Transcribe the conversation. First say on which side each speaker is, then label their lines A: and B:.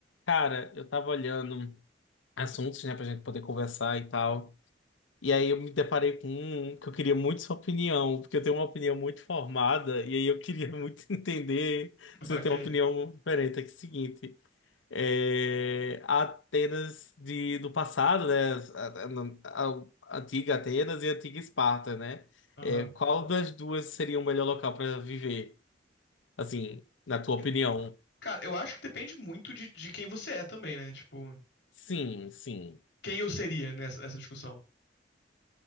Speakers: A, on the left (about 85°); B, on the left (about 60°).
A: Cara, eu tava olhando assuntos, né, pra gente poder conversar e tal. E aí eu me deparei com um que eu queria muito sua opinião, porque eu tenho uma opinião muito formada, e aí eu queria <laughs> muito entender se
B: Ok.
A: você tem uma opinião diferente. É que é o seguinte, é, a Atenas de, do passado, né, a, a- a- a antiga Atenas e a antiga Esparta, né?
B: Aham.
A: É, qual das duas seria o melhor local para viver, assim, na tua opinião?
B: Eu- Cara, eu acho que depende muito de, de quem você é também, né? Tipo,
A: Sim, sim.
B: quem eu seria nessa, nessa discussão?